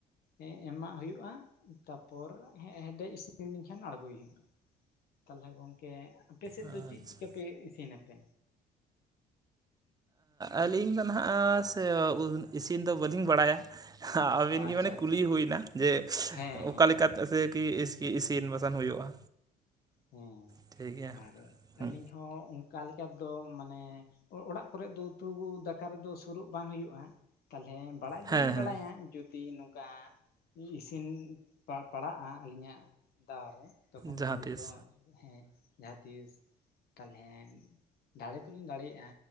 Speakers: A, on the left; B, on the right.
A: ᱮᱸ ᱮᱢᱟᱜ ᱦᱩᱭᱩᱜᱼᱟ ᱛᱟᱯᱚᱨ ᱦᱮᱰᱮᱡ ᱤᱥᱤᱱ ᱞᱮᱱ ᱠᱷᱟᱱ ᱟᱬᱜᱚᱭ ᱦᱩᱭᱩᱜᱼᱟ᱾ ᱛᱟᱦᱞᱮ ᱜᱚᱝᱠᱮ ᱟᱯᱮ ᱥᱮᱫ
B: ᱟᱪᱪᱷᱟ
A: ᱫᱚ ᱪᱮᱫ ᱪᱮᱫᱠᱟᱯᱮ ᱤᱥᱤᱱᱟᱯᱮ?
B: ᱟᱹᱞᱤᱧ ᱫᱚ ᱦᱟᱸᱜ ᱥᱮ ᱤᱥᱤᱱ ᱫᱚ ᱵᱟᱹᱞᱤᱧ ᱵᱟᱲᱟᱭᱟ ᱟᱵᱤᱱ ᱜᱮ
A: ᱟᱪᱪᱷᱟ
B: ᱢᱟᱱᱮ
A: ᱟᱪᱪᱷᱟ
B: ᱠᱩᱞᱤ
A: ᱟᱪᱪᱷᱟ
B: ᱦᱩᱭᱱᱟ ᱡᱮ
A: ᱦᱮᱸ
B: ᱚᱠᱟᱠᱟ
A: ᱦᱮᱸ
B: ᱞᱮᱠᱟᱛᱮ
A: ᱦᱮᱸ
B: ᱥᱮ ᱠᱤ ᱤᱥ ᱤᱥᱤᱱ ᱵᱟᱥᱟᱝ ᱦᱩᱭᱩᱜᱼᱟ᱾
A: ᱦᱮᱸ
B: ᱴᱷᱤᱠ ᱜᱮᱭᱟ
A: ᱟᱨ
B: ᱦᱮᱸ
A: ᱟᱹᱞᱤᱧ ᱦᱚᱸ ᱚᱱᱠᱟ ᱞᱮᱠᱟ ᱫᱚ ᱢᱟᱱᱮ ᱚᱲᱟᱜ ᱠᱚᱨᱮ ᱫᱚ ᱩᱛᱩ ᱫᱟᱠᱟ ᱨᱮᱫᱚ ᱥᱩᱨᱩᱜ ᱵᱟᱝ ᱦᱩᱭᱩᱜᱼᱟ ᱛᱟᱦᱚᱞᱮ ᱵᱟᱲᱟᱭ ᱫᱚᱞᱤᱧ
B: ᱦᱮᱸ ᱦᱮᱸ
A: ᱵᱟᱲᱟᱭᱟ ᱡᱩᱫᱤ ᱱᱚᱝᱠᱟ ᱚᱱᱠᱟ ᱤᱥᱤᱱ ᱯᱟᱲᱟᱜᱼᱟ ᱟᱹᱞᱤᱧᱟᱜ ᱫᱟᱣ ᱨᱮ ᱛᱚᱠᱷᱚᱱ
B: ᱡᱟᱦᱟᱸ
A: ᱫᱚᱭ
B: ᱛᱤᱥ
A: ᱛᱚ ᱦᱮᱸ ᱡᱟᱦᱟᱸᱛᱤᱥ ᱛᱟᱦᱚᱞᱮ ᱫᱟᱲᱮ ᱫᱚᱞᱤᱧ ᱫᱟᱲᱮᱭᱟᱜᱼᱟ